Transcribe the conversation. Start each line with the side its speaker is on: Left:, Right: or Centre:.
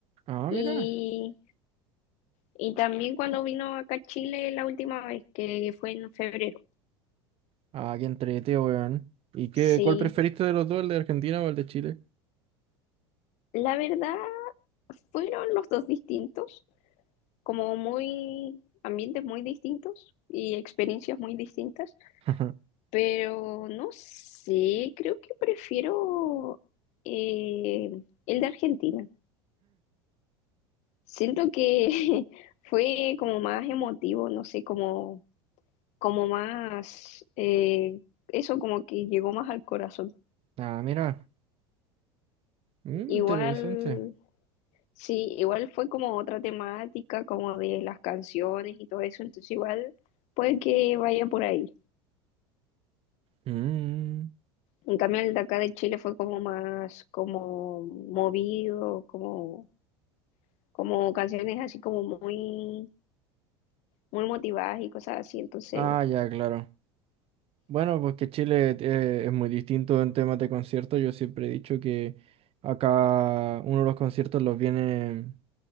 Right: Ah,
Left: y,
Right: mira.
Left: y también cuando vino acá a Chile la última vez, que fue en febrero.
Right: Ah, qué entrete, weón. ¿Y qué,
Left: Sí,
Right: cuál preferiste de los dos, el de Argentina o el de Chile?
Left: la verdad fueron los dos distintos, como muy ambientes muy distintos y experiencias muy distintas,
Right: <laughs>
Left: pero no sé, creo que prefiero eh, el de Argentina. Siento que <laughs> fue como más emotivo, no sé, como, como más, eh, eso como que llegó más al corazón.
Right: Ah, mira. Mm,
Left: Igual
Right: interesante.
Left: Sí, igual fue como otra temática, como de las canciones y todo eso, entonces igual puede que vaya por ahí.
Right: Mm.
Left: En cambio, el de acá de Chile fue como más como movido, como, como canciones así como muy, muy motivadas y cosas así, entonces
Right: Ah, ya, claro. Bueno, pues que Chile eh, es muy distinto en temas de conciertos. Yo siempre he dicho que acá uno de los conciertos los viene,